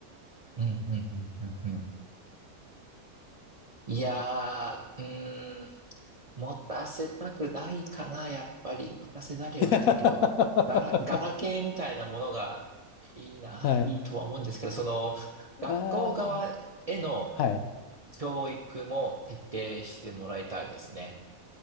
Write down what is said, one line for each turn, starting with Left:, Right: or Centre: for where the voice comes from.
Right: うんうんうんうんうん。いやー、うーん、持たせたくないかな、やっぱり。持たせざるを得ないけど、
Left: <laughs> は
Right: ガラ、ガラケーみたいなものがいいな、
Left: い。
Right: いいとは思うんですけど、その、学校側への
Left: ああはい。
Right: 教育も徹底してもらいたいですね。